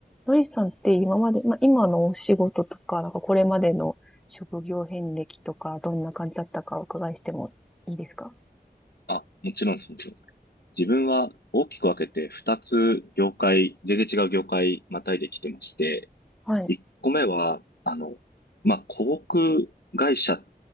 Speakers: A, in the centre; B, on the left.
A: ロイさんって今まで、まあ、今のお仕事とか、なんかこれまでの職業遍歴とか、どんな感じだったかお伺いしてもいいですか
B: あ、もちろんです、もちろんです。自分は大きく分けて2つ業界、全然違う業界またいできてまして、
A: はい。
B: 1個目は、あの、まあ、広告会社